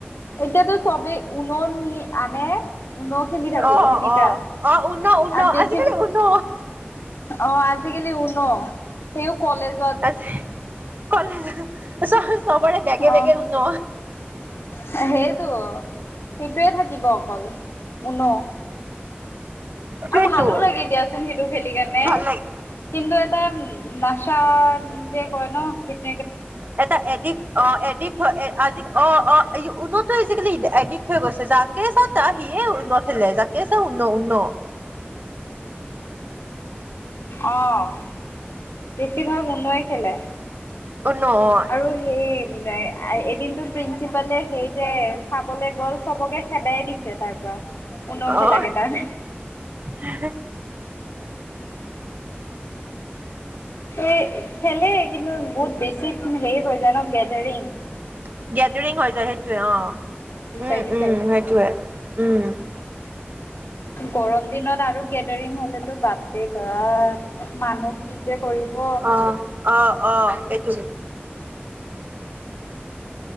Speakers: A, on the left; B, on the right.
A: এতিয়াতো চবেই ঊন' নিয় আনে। উন খেলি
B: অ',
A: থাকো সেনেকা।
B: অ'। অ', ঊন', ঊন',
A: আৰু বেছি
B: আজিকালি ঊন'।
A: অ', আজিকালি ঊন'। হেও কলেজ
B: ত। কলেজত চব চবৰে বেগে
A: অ
B: বেগে ঊন'।
A: সেইটো, সেইটোৱে থাকিব অকল। ঊন'।
B: সেইটোৱেটো
A: ভালো লাগে দিয়াচোন সেইটো খেলিকেনে।
B: ভাল লাগে।
A: কিন্তু এটা নাচা যে কয় ন, সেইট
B: এটা এডিক্ট অ', এডিক্ট হয়। আজি অ', অ', আইয়ো ঊনুত আজিকালি এডিক্ট হৈ গৈছে। যাকে চাওঁ তা- সিয়ে ঊন্ন' খেলে। যাকে চাওঁ ঊন্ন' ঊন্ন'।
A: অ'। বেছিভাগ ঊন'ই খেলে।
B: ঊন' অ'।
A: আৰু সেই, এদিনটো প্ৰিন্সিপালে সেই যে চাবলৈ গ'ল সবকে খেদাইয়ে দিছে তাৰ পৰা, ঊন'
B: অ
A: খেলাকেইটাক।
B: <unintelligible>
A: এ, খেলেই। কিন্তু বহুত বেছি হেৰি হৈ যায় ন, গেদাৰিং
B: গেদৰিং হৈ যায় সেইটোৱে অ'।
A: গুচাই
B: উ,
A: দিছে
B: উ, সেইটোয়ে, উ।
A: গৰম দিনত আৰু গেদাৰিং হ'লেতো বাপ ৰে বাপ। মানুহ কি যে কৰিব!
B: অ অ অ এইটো